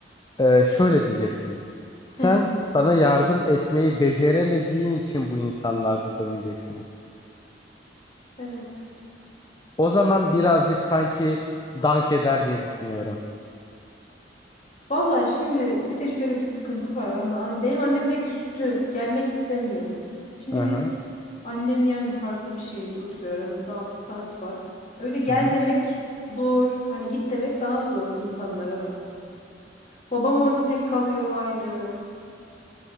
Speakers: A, on the left; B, on the left.
A: e, şöyle diyeceksiniz. Sen
B: hı,
A: bana yardım etmeyi beceremediğin için bu insanlar burada diyeceksiniz.
B: evet.
A: O zaman birazcık sanki dank eder diye düşünüyorum.
B: Valla şimdi bir de şöyle bir sıkıntı var. Yani ben- hani benim annem de küstü. Gelmek istemiyor. Şimdi
A: Hı hı.
B: biz annem yani farklı bir şehirde oturuyor. Aramızda 6 saat var. Öyle gel
A: Hı hı.
B: demek zor. Hani git demek daha zor insanlara da. Babam orada tek kalıyor ayrı.